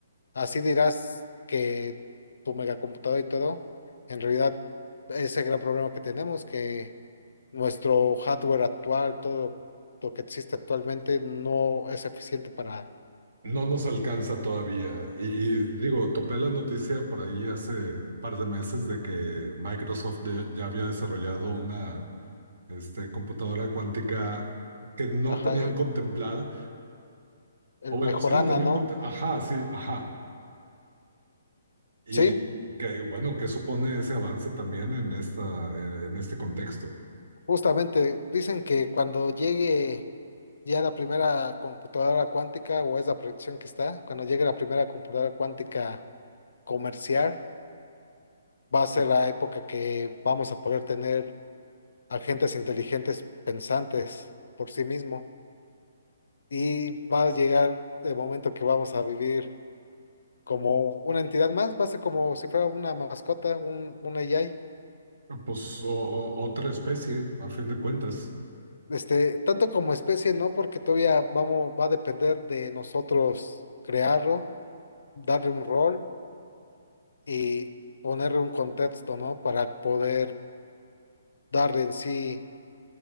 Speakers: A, on the left (about 80°); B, on the right (about 70°).
A: Así dirás que tu megacomputadora y todo, en realidad es el gran problema que tenemos, que nuestro hardware actual, todo lo que existe actualmente no es eficiente para...
B: No nos alcanza todavía. Y, y digo, topé la noticia por ahí hace un par de meses de que Microsoft de- ya había desarrollado una este, computadora cuántica que no
A: Ajá,
B: tenían contemplada.
A: El
B: O bueno,
A: Mejorana,
B: sí la tenían
A: ¿no?
B: contemplada. Ajá, sí, ajá. Y
A: Sí,
B: que, bueno, ¿qué supone ese avance también en esta, en, en este contexto?
A: justamente dicen que cuando llegue ya la primera computadora cuántica, o es la proyección que está, cuando llegue la primera computadora cuántica comercial, va a ser la época que vamos a poder tener agentes inteligentes pensantes por sí mismo. Y va a llegar el momento que vamos a vivir como una entidad más, va a ser como si fuera una mascota, un, un AI.
B: Pues o- o- otra especie, a fin de cuentas,
A: Este, tanto como especie, ¿no? Porque todavía vamos, va a depender de nosotros crearlo, darle un rol y ponerle un contexto, ¿no? Para poder darle en sí